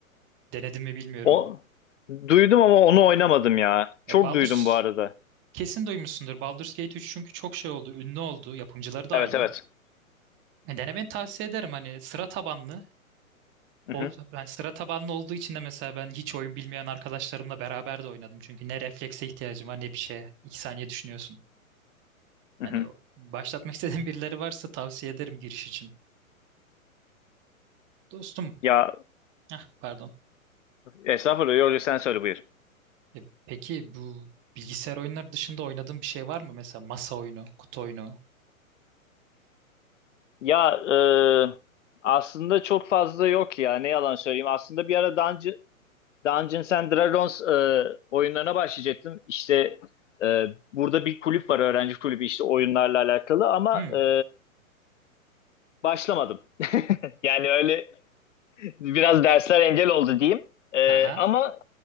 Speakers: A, on the right; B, on the left.
A: Denedim mi bilmiyorum.
B: O duydum ama onu oynamadım ya.
A: Ya
B: Çok
A: Baldur's
B: duydum bu arada.
A: kesin duymuşsundur. Baldur's Gate 3 çünkü çok şey oldu, ünlü oldu. Yapımcıları da
B: Evet
A: aynı.
B: evet.
A: Yani denemeni tavsiye ederim hani sıra tabanlı.
B: Mhm.
A: O, ben sıra tabanlı olduğu için de mesela ben hiç oyun bilmeyen arkadaşlarımla beraber de oynadım. Çünkü ne reflekse ihtiyacım var ne bir şeye. İki saniye düşünüyorsun.
B: Mhm.
A: Hani o- başlatmak <laughs> istediğin birileri varsa tavsiye ederim giriş için. Dostum,
B: Ya
A: ah pardon.
B: estağfurullah yok, sen söyle buyur.
A: E, peki bu bilgisayar oyunları dışında oynadığın bir şey var mı? Mesela masa oyunu, kutu oyunu.
B: Ya e, aslında çok fazla yok ya ne yalan söyleyeyim. Aslında bir ara Dungeon, Dungeons and Dragons e, oyunlarına başlayacaktım. İşte e, burada bir kulüp var öğrenci kulübü işte oyunlarla alakalı ama
A: Hmm.
B: e, başlamadım. <laughs> Yani öyle Biraz dersler engel oldu diyeyim. Ee,
A: Aha.
B: ama